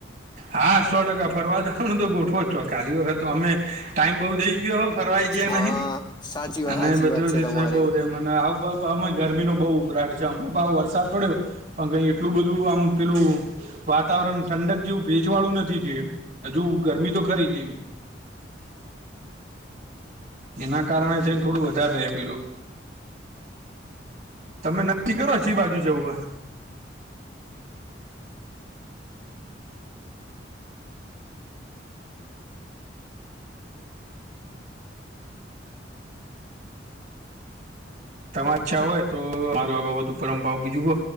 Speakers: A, on the right (about 45°); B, on the left (about 25°).
A: હા સો ટકા ફરવા જવાનું તો ગોઠવો ચોક કાલી વખત તો અમે ટાઈમ બહુ થઈ ગયો હો ફરવાય જયા
B: હા
A: નહીં
B: સાચી વાત
A: અને
B: સાચી
A: બધી
B: વાત છે
A: રીતના
B: તમારી
A: બઉજ એમ. મને આવ અમે ગરમીનો બહુ ઉકળાટ છે અમે પાહો વરસાદ પડ્યો. પણ કઈ એટલું બધું આમ પેલું વાતાવરણ ઠંડક જેવું. વેજવાળું નથી થયું એ હજુ ગરમી તો ખરી હતી એના કારણે થઈન થોડું વધાર રે પેલું. તમે નક્કી કરો ચી બાજુ જવું એમ. તમા ઇચ્છા હોય તો મારું આ બાબત ઉપર આમ ભાવ બીજું કો